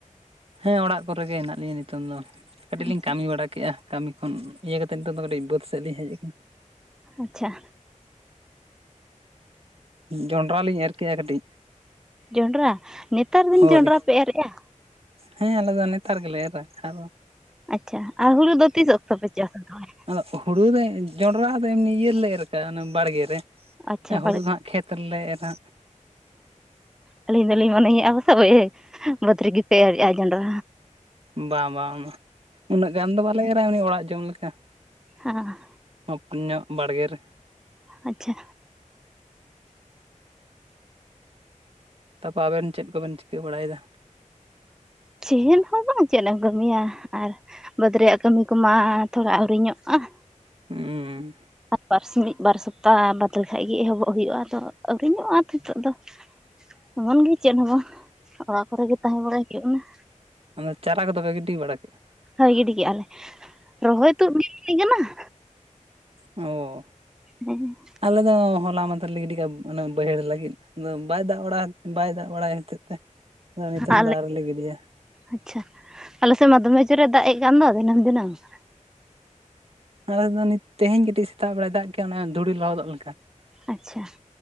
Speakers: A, on the right; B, in the centre.
A: ᱦᱮᱸ ᱚᱲᱟᱜ ᱠᱚᱨᱮ ᱜᱮ ᱦᱮᱱᱟᱜ ᱞᱤᱧᱟ ᱱᱤᱛᱚᱝ ᱫᱚ ᱠᱟᱹᱴᱤᱡ
B: ᱟᱪᱪᱷᱟ
A: ᱞᱤᱧ ᱠᱟᱹᱢᱤ ᱵᱟᱲᱟ ᱠᱮᱜᱼᱟ᱾ ᱠᱟᱹᱢᱤ ᱠᱷᱚᱱ ᱤᱭᱟᱹ ᱠᱟᱛᱮᱫ ᱱᱤᱛᱚᱜ ᱫᱚ ᱠᱟᱹᱴᱤᱡᱽ ᱵᱟᱹᱫᱽ ᱥᱮᱫ ᱞᱤᱧ ᱦᱮᱡ ᱟᱠᱟᱱᱟ᱾
B: ᱟᱪᱪᱷᱟ
A: ᱡᱚᱱᱰᱨᱟ ᱞᱤᱧ ᱮᱨ ᱠᱮᱜᱼᱟ ᱠᱟᱹᱴᱤᱡ᱾
B: ᱡᱚᱸᱰᱨᱟ ᱱᱮᱛᱟᱨ ᱫᱤᱱ
A: ᱦᱳᱭ
B: ᱡᱚᱸᱰᱨᱟ ᱯᱮ ᱮᱨᱮᱫᱼᱟ
A: ᱦᱮᱸ ᱟᱞᱮ ᱫᱚ ᱱᱮᱛᱟᱨ ᱜᱮᱞᱮ ᱮᱨᱟ ᱟᱨ
B: ᱟᱪᱪᱷᱟ ᱟᱨ ᱦᱩᱲᱩ ᱫᱚ ᱛᱤᱥ ᱚᱠᱛᱚ ᱯᱮ ᱪᱟᱥᱟ ᱛᱚᱵᱮ
A: ᱟᱫᱚ ᱦᱩᱲᱩ ᱫᱚ ᱡᱚᱸᱰᱨᱟ ᱫᱚ ᱮᱢᱱᱤ ᱤᱭᱟᱹ ᱨᱮᱞᱮ ᱮᱨ ᱞᱮᱠᱟ ᱵᱟᱲᱜᱮ ᱨᱮ
B: ᱟᱪᱪᱷᱟ
A: ᱦᱩᱲᱩ
B: ᱵᱟᱲᱜᱮ
A: ᱫᱚ ᱦᱟᱸᱜ ᱠᱷᱮᱛ ᱠᱷᱮᱛ ᱨᱮᱞᱮ ᱮᱨᱟ
B: ᱟᱹᱞᱤᱧ ᱫᱚᱞᱤᱧ ᱢᱚᱱᱮᱭᱮᱜᱼᱟ ᱯᱟᱥᱮᱜ ᱵᱟᱹᱫᱽ ᱨᱮᱜᱮᱯᱮ ᱮᱨᱮᱫᱼᱟ ᱡᱚᱸᱰᱨᱟ
A: ᱵᱟᱝ ᱵᱟᱝ ᱵᱟᱝ ᱩᱱᱟᱹᱜ ᱜᱟᱱ ᱫᱚ ᱵᱟᱞᱮ ᱮᱨᱟ ᱮᱢᱱᱤ ᱚᱲᱟᱜ ᱡᱚᱢ ᱞᱮᱠᱟ
B: ᱚᱸ
A: ᱯᱩᱧᱚᱜ ᱵᱟᱲᱜᱮ ᱨᱮ
B: ᱟᱪᱪᱷᱟ
A: ᱛᱟᱯᱚᱨ ᱟᱵᱮᱱ ᱪᱮᱫ ᱠᱚᱵᱮᱱ ᱪᱤᱠᱟᱹ ᱵᱟᱲᱟᱭᱮᱫᱟ?
B: ᱪᱮᱫ ᱦᱚᱸ ᱵᱟᱝ, ᱪᱮᱫ ᱮᱢ ᱠᱟᱹᱢᱤᱭᱟ ᱟᱨ ᱵᱟᱹᱫᱽ ᱨᱮᱭᱟᱜ ᱠᱟᱹᱢᱤ ᱠᱚᱢᱟ ᱛᱷᱚᱲᱟ ᱟᱹᱣᱨᱤᱧᱚᱜᱼᱟ ᱾
A: ᱩᱸᱻ
B: ᱵᱟᱨ ᱥᱤᱧ ᱢᱤᱫ ᱵᱟᱨ ᱥᱚᱯᱛᱟᱦ ᱵᱟᱫᱽ ᱞᱮᱠᱷᱟᱡ ᱜᱮ ᱮᱦᱚᱵᱚᱜ ᱦᱩᱭᱩᱜᱼᱟ ᱟᱫᱚ ᱟᱹᱣᱨᱤᱧᱚᱜᱼᱟ ᱱᱤᱛᱚᱜ ᱫᱚ ᱾ ᱮᱢᱚᱱ ᱜᱮ ᱪᱮᱫ ᱦᱚᱸᱵᱚᱱ ᱚᱲᱟᱜ ᱠᱚᱨᱮᱜ ᱜᱮ ᱛᱟᱦᱮᱸ ᱵᱟᱲᱟᱭ ᱦᱩᱭᱩᱜ ᱠᱟᱱᱟ ᱾
A: ᱚᱱᱟ ᱪᱟᱨᱟ ᱠᱚᱫᱚ ᱯᱮ ᱜᱤᱰᱤ ᱵᱟᱲᱟ ᱠᱮᱫᱼᱟ?
B: ᱦᱳᱭ ᱜᱤᱰᱤ ᱠᱮᱫᱼᱟ ᱞᱮ ᱨᱚᱦᱚᱭ ᱛᱩᱫ ᱜᱮ <unintelligible> ᱠᱟᱱᱟ ᱾
A: ᱚ
B: ᱦᱮᱸ
A: ᱟᱞᱮ ᱫᱚ ᱦᱚᱞᱟ ᱢᱟᱫᱷᱮᱨ ᱨᱮ ᱞᱮ ᱜᱤᱰᱤ ᱠᱟᱜᱼᱟ ᱚᱱᱟ ᱵᱟᱹᱭᱦᱟᱹᱲ ᱞᱟᱹᱜᱤᱫ ᱵᱟᱭ ᱫᱟᱜ ᱵᱟᱲᱟ ᱵᱟᱭ ᱫᱟᱜ ᱵᱟᱲᱟᱭ ᱦᱚᱛᱮᱫ ᱛᱮ ᱟᱫᱚ ᱱᱤᱛᱚᱝ
B: ᱟᱞᱮ
A: ᱫᱚ ᱟᱹᱣᱨᱤ ᱞᱮ ᱜᱤᱫᱤᱭᱟ ᱾
B: ᱟᱪᱪᱷᱟ ᱟᱞᱮ ᱥᱮᱫ ᱢᱟ ᱫᱚᱢᱮ ᱡᱩᱨᱮᱱ ᱫᱟᱜ ᱮ ᱠᱟᱱ ᱫᱚ ᱫᱤᱱᱟᱹᱢ ᱫᱤᱱᱟᱹᱝ ᱾
A: ᱟᱞᱮ ᱫᱚ ᱱᱤᱛ ᱛᱮᱦᱮᱧ ᱠᱟᱹᱴᱤᱡ ᱥᱮᱛᱟᱜ ᱵᱮᱲᱟᱭ ᱫᱟᱜ ᱠᱮᱜ-ᱟ ᱚᱱᱮ ᱫᱷᱩᱲᱤ ᱞᱚᱦᱚᱫᱚᱜ ᱞᱮᱠᱟ ᱾
B: ᱟᱪᱪᱷᱟ ᱾